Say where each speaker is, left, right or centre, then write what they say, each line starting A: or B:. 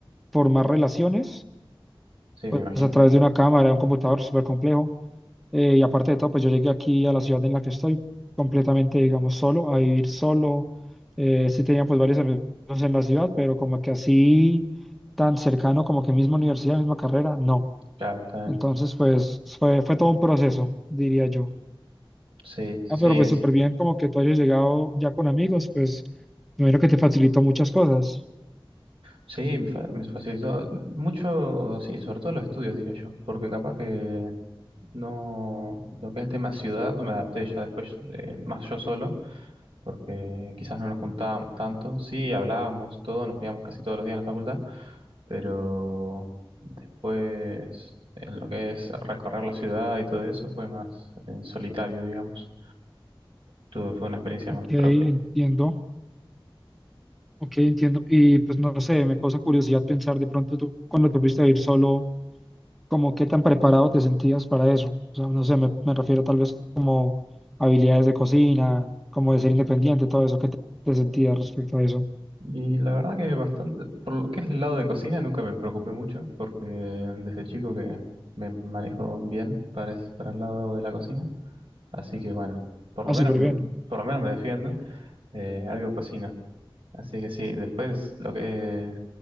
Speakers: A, in the centre; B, on the right (about 75°).
A: formar relaciones
B: Sí, me
A: pues
B: imagino.
A: a través de una cámara, de un computador súper complejo. Eh, y aparte de todo, pues yo llegué aquí a la ciudad en la que estoy completamente, digamos, solo, a vivir solo. Eh, sí tenía pues varios amigos en la ciudad, pero como que así tan cercano, como que misma universidad, misma carrera, no.
B: Claro, está bien.
A: Entonces, pues fue, fue todo un proceso, diría yo.
B: Sí, sí,
A: Ah, pero pues
B: es-
A: súper bien como que tú hayas llegado ya con amigos, pues primero que te facilitó muchas cosas.
B: sí, me fa- me facilitó mucho, sí, sobre todo los estudios, diría yo, porque capaz que no, lo que es tema ciudad, me adapté ya después eh, más yo solo. porque quizás no nos juntábamos tanto. Sí, hablábamos todo, nos veíamos casi todos los días en la facultad, pero después, en lo que es recorrer la ciudad y todo eso, fue más en solitario, digamos. Tuve, fue una experiencia
A: Ok,
B: más propia.
A: entiendo. Ok, entiendo. Y pues no sé, me causa curiosidad pensar de pronto tú cuando te fuiste a ir solo, como qué tan preparado te sentías para eso. O sea, no sé, me, me refiero tal vez como habilidades de cocina, como de ser independiente, todo eso, ¿qué te, te sentías respecto a eso?
B: Y la verdad que bastante, por lo que es el lado de cocina, nunca me preocupé mucho, porque desde chico que me manejo bien para, es- para el lado de la cocina. Así que bueno, por
A: Ah,
B: lo menos,
A: súper bien.
B: por lo menos me defiendo. eh, algo cocino. Así que sí, después lo que